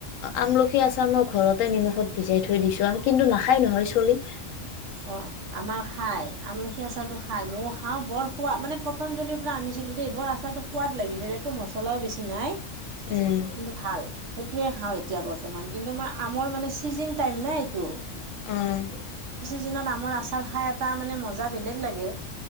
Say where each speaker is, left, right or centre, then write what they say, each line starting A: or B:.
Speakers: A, on the left (about 80°); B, on the right (about 70°).
A: আমলখি আচাৰ মই ঘৰতে নিমখত ভিজাই থৈ দিছো আম কিন্তু নাখাই নহয় চলি,।
B: অ আমাৰ খাই আমলখি আচাৰ টো খা- খাই মই খাওঁ বৰ সোৱদ মানে পটঞ্জলিৰ পৰা আনিছো। আছিলো দেই বৰ আচাৰটো সোৱাদ লাগিছিল'। একো মছলাও বেছি নাই কিন্তু
A: উম
B: ভাল সেইটোয়ে খাওঁ এতিয়া বৰ্তমান কিন্তু মই আমৰ মানে চিজেন টাইম নাই ত
A: উম
B: দিনত আমৰ আচাৰ খাই এটা মানে মজা বেলেগ লাগে'।